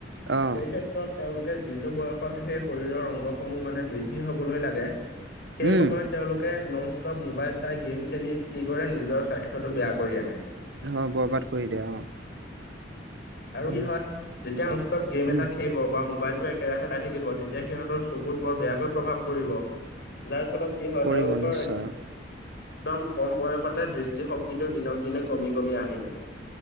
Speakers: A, on the right (about 65°); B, on the left (about 55°).
A: অ',
B: সেই ক্ষেত্- ত্ৰত তেওঁলোকে যিটো বয়সত সেই শৰীৰৰ অংগসমূহ মানে বৃদ্ধি হ'বলৈ লাগে, সেই
A: উম,
B: সময়ত তেওঁলোকে নন ষ্টপ মোবাইল চাই গেম খেলি কি কৰে নিজৰ স্বাস্থ্যটো বেয়া কৰি আনে
A: অ' বৰবাদ কৰি দিয়ে অ।
B: আৰু
A: উম,
B: কি হয় যেতিয়া নন ষ্টপ গেম এটা
A: উম,
B: খেলিব বা মোবাইলটো একেৰাহে চাই থাকিব তেতিয়া সিহঁতৰ চকুত বৰ বেয়াকৈ প্ৰভাৱ পৰিব। যাৰ ফলত কি হয়
A: পৰিব
B: তেওঁলোকৰ
A: নিশ্চয়
B: এক একদম কম বয়সতে দৃষ্টিশক্তিটো দিনক দিনে কমি কমি আহি থাকে।